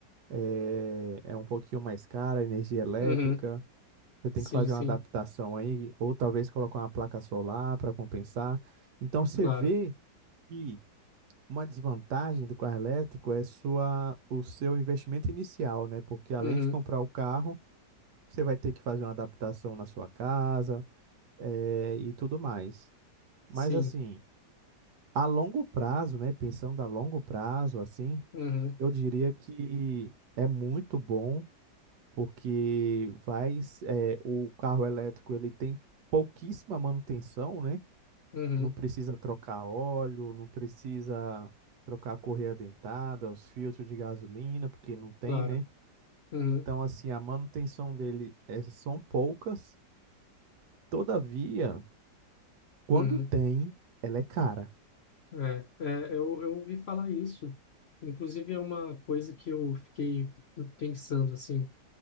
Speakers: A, on the right (about 70°); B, on the left (about 70°).
A: eh, é um pouquinho mais cara a energia elétrica.
B: uhum,
A: Você
B: sim,
A: tem que fazer
B: sim.
A: uma adaptação aí, ou talvez colocar uma placa solar para compensar. Então você
B: Claro.
A: vê que uma desvantagem do carro elétrico é sua, o seu investimento inicial, né? Porque além
B: Uhum,
A: de comprar o carro, você vai ter que fazer uma adaptação na sua casa, eh, e tudo mais. Mas
B: sim.
A: assim, a longo prazo, né? Pensando a longo prazo, assim,
B: Uhum,
A: eu diria que é muito bom porque vai, é, o carro elétrico ele tem pouquíssima manutenção, né?
B: uhum,
A: Não precisa trocar óleo, não precisa trocar a correia dentada, os filtros de gasolina, porque não tem,
B: claro.
A: né?
B: Uhum,
A: Então, assim, a manutenção dele é, são poucas. Todavia, quando
B: uhum.
A: tem, ela é cara.
B: É, é, eu, eu ouvi falar isso. Inclusive, é uma coisa que eu fiquei pensando, assim.